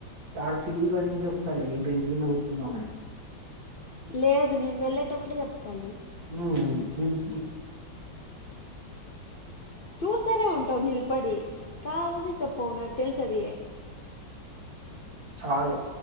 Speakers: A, on the right; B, on the left.
A: యాడ పి జీ లో నుంచి చెప్తాలే ఈ బెంచి మింద కూచుందాం అని
B: లేదు నేను వెళ్ళేటప్పుడు చెప్పాలి
A: <unintelligible>
B: చూస్తానే ఉంటావు నిల్పడి కావాలనే చెప్పవు నాకు తెలుసు అది
A: చాలు